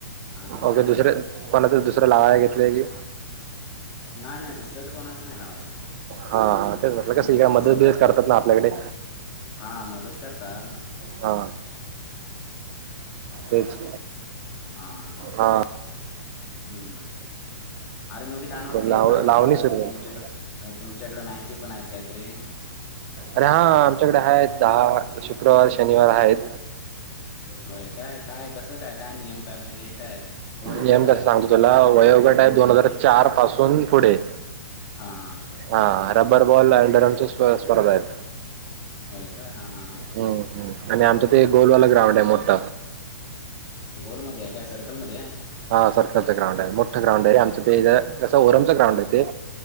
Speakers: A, on the left; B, on the right.
A: आधी नाही
B: ओके
A: जाणार.
B: दुसरे कोणाच दुसर लावा घेतले की?
A: नाय नाय दुसऱ्याच कोणाच नाही लावायला.
B: हां हां तेच म्हटलं
A: हम्म
B: कसं इकडे मदत
A: आमच स्वतःच
B: बिदत करतात ना आपल्याकडे
A: हा मदत करतान.
B: हा तेच
A: हा!
B: हा
A: हम्म अरे मध्येे कानावरती
B: पण लाव
A: ऐकणं आलं होतं
B: लावणी सुरू
A: कि
B: झाली
A: तुमच्याकडे अ तुमच्याकडे मॅची पण आहेत कायतरी?
B: अरे हा आमच्याकडे आहेत दहा शुक्रवार शनिवार आहेत.
A: <inaudible> काय कसं काय काय नियम काय म्हणजे हे काय वयोगट
B: नियम
A: काय
B: कस
A: आहे त्याचा
B: सांगतो तुला वयोगट आहे दोन हजार चार पासून पुढे.
A: हा हा!
B: हा रब्बर बॉल अडरमची स्पर्धा आहेत
A: होय काय हा हा हा
B: हम्म. आणि आमच ते गोलवाला ग्राउंड आहे मोठ.
A: गोलमध्ये आहे काय सर्कलमध्ये?
B: हा सर्कलचं ग्राउंड आहे मोठं ग्राउंड आहेेमचं ते कस ओरमच ग्राउंड आहे ते.